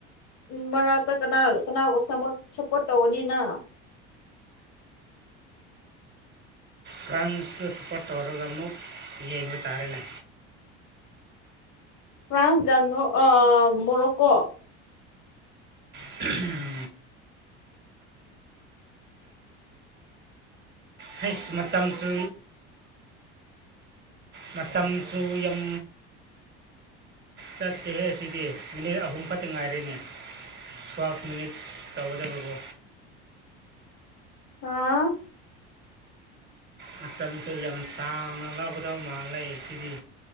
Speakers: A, on the left (about 60°); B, on the right (about 35°).
A: ꯎꯝ ꯃꯔꯥꯛꯇ ꯀꯅꯥ ꯀꯅꯥꯕꯨ ꯁꯥꯞꯄꯣꯠ ꯇꯧꯒꯅꯤ ꯅꯪ
B: ꯐ꯭ꯔꯥꯟꯁꯗ ꯁꯥꯞꯄꯔ ꯇꯧꯔꯒ ꯑꯃꯨꯛ ꯌꯦꯕ ꯇꯥꯔꯅꯦ
A: ꯐ꯭ꯔꯥꯟꯁꯀꯥ ꯅꫭꯛ ꯑꯥ ꯃꯣꯔꯣꯀꯣ
B: <unintelligible> ꯍꯥꯏꯁ ꯃꯇꯝꯁꯨ ꯃꯇꯝꯁꯨ ꯌꯥꯝ ꯆꯠꯇꯦꯍꯦ ꯑꯁꯤꯗꯤ ꯃꯤꯅꯤꯠ ꯑꯍꯨꯝ ꯈꯛꯇ ꯉꯥꯏꯔꯦꯅꯦ ꯇꯨꯌꯦꯞ ꯃꯤꯅꯤꯠꯁ ꯇꯧꯒꯗꯨꯕꯕꯨ
A: ꯍꯥ
B: ꯃꯇꯝꯁꯦ ꯌꯥꯝ ꯁꯥꯡꯅ ꯂꯧꯒꯗꯧ ꯃꯥꯜꯂ ꯁꯤꯗꯤ